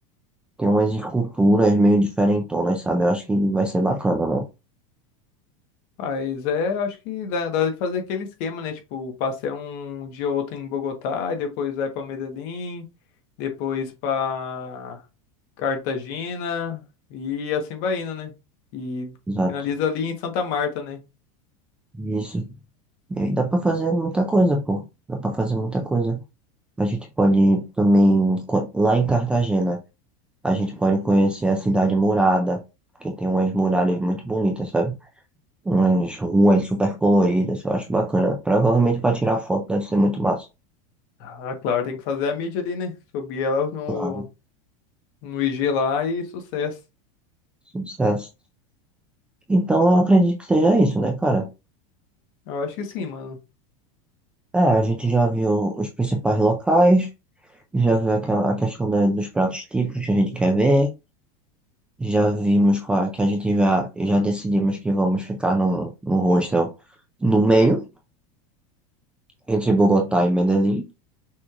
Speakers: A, in the centre; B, on the left.
A: Tem umas esculturas meio diferentonas, sabe? Eu acho que vai ser bacana, né?
B: Mas é, acho que dá, dá de fazer aquele esquema, né? Tipo, passei um dia ou outro em Bogotá e depois vai pra Medellín, depois pra Cartagena e assim vai indo, né? E
A: Exato.
B: finaliza ali em Santa Marta, né?
A: Isso. E aí dá pra fazer muita coisa, pô. Dá pra fazer muita coisa. A gente pode também, co- lá em Cartagena. A gente pode conhecer a cidade murada, que tem umas muralhas muito bonitas, sabe? Umas ruas super coloridas, eu acho bacana. Provavelmente para tirar foto deve ser muito massa.
B: Ah, claro, tem que fazer a mídia ali, né? Subir ela no,
A: Claro,
B: no IG lá e sucesso.
A: sucesso. Então eu acredito que seja isso, né, cara?
B: Eu acho que sim, mano.
A: É, a gente já viu os principais locais, já viu aquela, a questão da- dos pratos típicos que a gente quer ver, já vimos qual- é, que a gente já, já decidimos que vamos ficar num, num hostel no meio, entre Bogotá e Medellín.